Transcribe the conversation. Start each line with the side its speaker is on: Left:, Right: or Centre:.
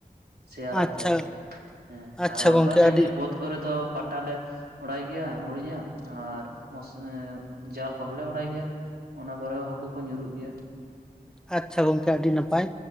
Right: ᱥᱮᱭᱟᱨᱟᱛᱮ
Centre: ᱟᱪᱪᱷᱟ
Right: ᱟᱨᱠᱤ ᱦᱮᱸ
Centre: ᱟᱪᱪᱷᱟ
Right: ᱟᱨ ᱵᱟᱝᱠᱷᱟᱱ
Centre: ᱜᱚᱝᱠᱮ ᱟᱹᱰᱤ
Right: ᱮᱢᱱᱤ ᱵᱟᱹᱫ ᱠᱚᱨᱮ ᱫᱚ ᱯᱟᱴᱟᱮ ᱚᱲᱟᱭ ᱜᱮᱭᱟ ᱦᱩᱲᱩᱧᱟᱜ ᱟᱨ ᱢᱚᱥ ᱡᱟᱞ ᱠᱚᱦᱚᱸᱞᱮ ᱚᱲᱟᱭ ᱜᱮᱭᱟ᱾ ᱚᱱᱟ ᱠᱚᱨᱮ ᱦᱚ ᱦᱟᱹᱠᱩ ᱠᱚ ᱧᱩᱨᱩᱜ ᱜᱮᱭᱟ᱾
Centre: ᱟᱪᱷᱟ ᱜᱚᱝᱠᱮ ᱟᱹᱰᱤ ᱱᱟᱯᱟᱭ